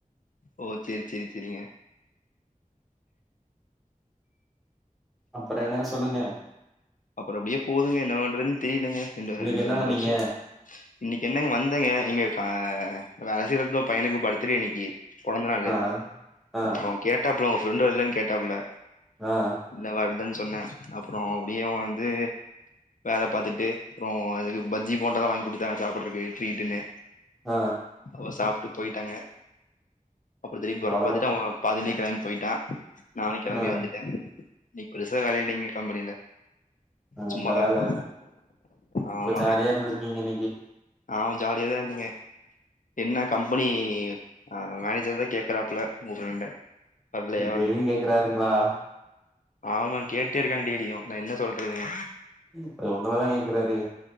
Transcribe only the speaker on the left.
ஓ சேரி சேரி செரிங்க
அப்பறோ அப்டியே போகுதுங்க என்ன வண்றன் தெரியலங்க ரெண்ட
ரெண்ட
ரெண்டு
வர்ஷோ இன்னக்கி என்னங் வந்தங்க இங்க க வேல செய்ற எடத்துல ஒரு பையனுக்கு பர்த்டே இன்னக்கி பொறந்த நாளு
அப்றோ கேட்டாப்புல உங்க ஃப்ரெண்ட் வர்லயானு கேட்டாப்புல
இல்ல வருதுன் சொன்னே அப்றோ அப்டியும் வந்து வேல பாத்துட்டு அப்றோ இதுக்கு பஜ்ஜி போண்டாலா வாங்கி குடுத்தாங்க சாப்பட்றக்கு ட்ரீட்டுன்னு
அப்றோ சாப்ட்டு போயிட்டாங்க அப்புற திரும்பி ஒர்க
பாத்துட்டு அவங்க பாதிலயே கெளம்பி போயிட்டா நானும் கெளம்பி
வந்துட்டே இன்னிக்கு பெருசா வேலை இல்லங்க கம்பெனில சும்மாதா
இருந்தோ ஆமாங்க
ஆமா ஜாலியா தா இருந்தீங்க என்ன கம்பெனி அ மேனேஜர் தா கேக்குறாப்ல உங்க ஃப்ரெண்ட வரலையா
ஆமாங்க கேட்டே இருக்காங்க டெய்லியு நா என்ன சொல்றதுங்க